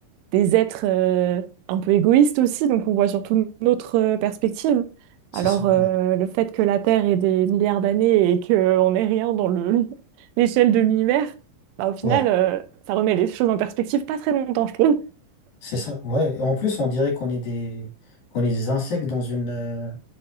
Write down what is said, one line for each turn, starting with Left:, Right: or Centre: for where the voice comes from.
Right: des êtres euh, un peu égoïstes aussi, donc on voit surtout notre euh, perspective.
Left: C'est
Right: Alors,
Left: ça,
Right: euh,
Left: ouais.
Right: le fait que la Terre ait des milliards d'années et qu'on n'est rien dans le <laughs> l'échelle de l'univers, bah, au final,
Left: Ouais.
Right: euh, ça remet les choses en perspective pas très longtemps, je trouve.
Left: C'est ça, ouais. Et en plus, on dirait qu'on est des, qu'on est des insectes dans une, euh,